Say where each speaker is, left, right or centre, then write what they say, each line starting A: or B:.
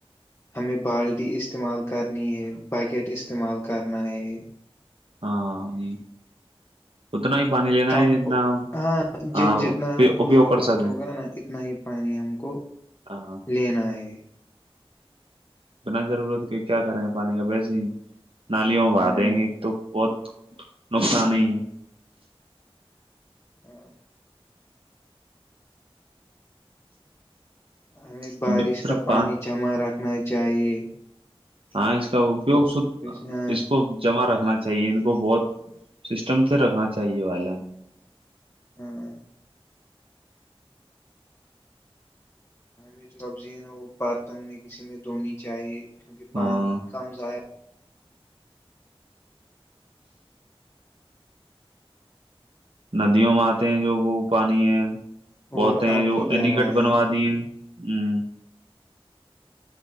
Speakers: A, on the left (about 30°); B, on the right (about 65°).
A: ہمیں بالٹی استعمال کرنی ہے بکٹ استعمال کرنا ہے
B: ہاں جی اتنا ہی پانی لینا
A: کمپ
B: ہے جتنا
A: ہاں
B: ہاں
A: جتنا ہم کو
B: اپیوگ
A: ضرورت
B: کر سکیں
A: ہوگا نا اتنا ہی پانی ہم کو
B: ہاں
A: لینا ہے
B: بنا ضرورت کہ کیا کریں ہیں پانی کا ویسے ہی نالیوں با
A: ہاں
B: دیں گے تو بہت نقصان ہی ہے
A: ہاں ہمیں
B: ہے
A: بارش
B: صرف
A: کا پانی جمع رکھنا چاہیے ج
B: ہاں اس کا اپوگ ش
A: ہاں
B: اس کو جمع رکھ رکھنا چاہے ان کو بہت سسٹم سے رکھنا چاہیے بھائی جان
A: ہاں ہ ہمیں جو سبزی ہے نا وہ برتن میں کسی میں دھونی چاہے کیونکہ پانی
B: ہاں
A: کم ضائع
B: ندیوں میں آتے ہیں جو وہ پانی ہے بہتے
A: اور
B: ہیں
A: آپ
B: جو
A: کی
B: اینگڈ
A: کیا رائے
B: بنوا
A: ہے
B: دی ہیں ہوں